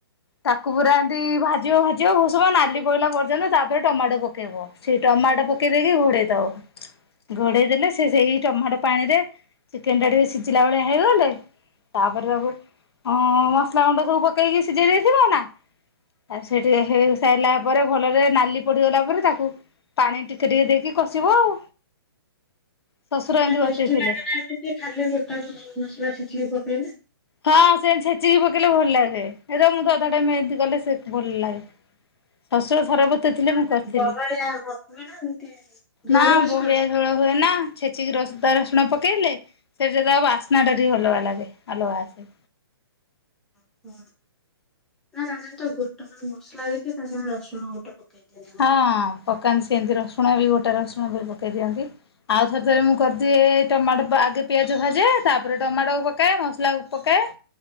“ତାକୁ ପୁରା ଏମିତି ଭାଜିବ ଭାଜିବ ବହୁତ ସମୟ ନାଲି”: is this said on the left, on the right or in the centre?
Left